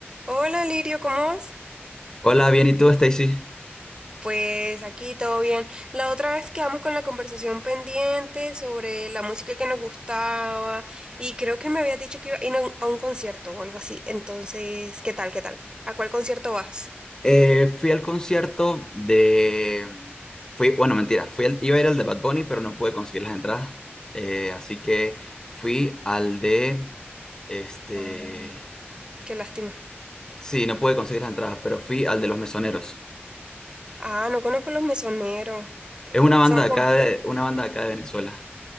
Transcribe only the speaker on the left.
Hola, bien, ¿y tú, Stacy?
Eh, fui al concierto de... Fui, bueno, mentira, fui al- iba a ir al de Bad Bunny, pero no pude conseguir las entradas. Eh, así que fui al de... Este...
Sí, no pude conseguir las entradas, pero fui al de Los Mesoneros.
Es una banda
de
acá de, una banda de acá de Venezuela.